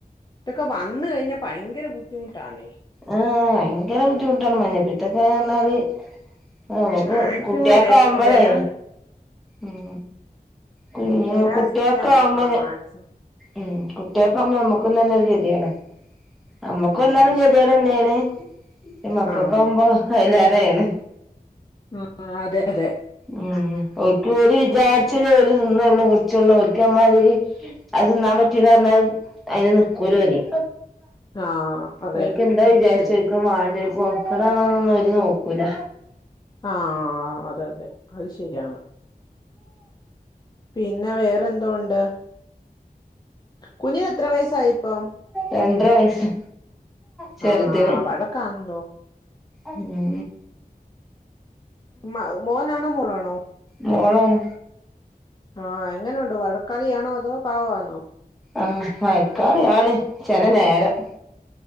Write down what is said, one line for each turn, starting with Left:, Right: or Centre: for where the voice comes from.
Left: ത്തൊക്കെ വന്ന് കഴിഞ്ഞാ ഭയങ്കര ബുദ്ധിമുട്ടാന്നെ
Centre: ഉം ഭയങ്കര ബുദ്ധിമുട്ടാണ് മഞ്ഞപ്പിത്തൊക്കെ പറഞ്ഞാല് ആഹ് നമ്മക്ക്
Left: മാക്സിമം
Centre: കുട്ട്യേക്കാവുമ്പളേ
Left: വരു വരാതെ
Centre: ഉം കുഞ്ഞുങ്ങ
Left: വെരാതിരിക്കാൻ
Centre: കുട്ടികൾക്ക്
Left: നോക്കണം
Centre: ആവുമ്പോ
Left: മാക്സിമം
Centre: ഉം കുട്ട്യേക്കാവുമ്പോ നമ്മക്കും തന്നെ ഒരു ഗത്യേടാ അമ്മക്ക്
Left: ഉം
Centre: വന്നാലും ഗത്യേട തന്നെയാണ് <unintelligible> മക്കക്കാവുമ്പോ
Left: ആഹ്
Centre: അയ്ലേറെയാണ്
Left: ആഹ് അതെ അതെ
Centre: ഉം ഓലിക്ക് ഓര് വിചാരിച്ചതെ ഓര് തിന്നൊള്ളൂ കുടിച്ചൊള്ളൂ ഓലിക്ക് നമ്മളമാതിരി അത് തിന്നാൻ പറ്റൂല പർഞ്ഞാ അയിന് നിക്കൂലോല്
Left: ആഹ് അതെ
Centre: ഓര്ക്ക് എന്താ
Left: അത്
Centre: വിചാരിച്ചരിക്കും
Left: ശരിയാ
Centre: വാണ്ട കൊതക്കടാണോനൊന്നും ഓര് നോക്കൂല
Left: ആഹ് അത അതെ അത് ശരിയാണ് പിന്നെ വേറെന്തോ ഒണ്ട് കുഞ്ഞിന് എത്ര വയസായിപ്പം
Centre: രണ്ടര വയസ്സ് ചെറ്തിന്
Left: ആഹ് വഴക്കാണല്ലോ
Centre: ഉം
Left: മ മോനാണോ മോളാണോ
Centre: മോളാണ്
Left: ആഹ് എങ്ങനെ ഒണ്ട് വഴക്കാളി ആണോ അതോ പാവവാന്നോ?
Centre: ആഹ് വഴക്കാളിയാണ് ചെല നേരം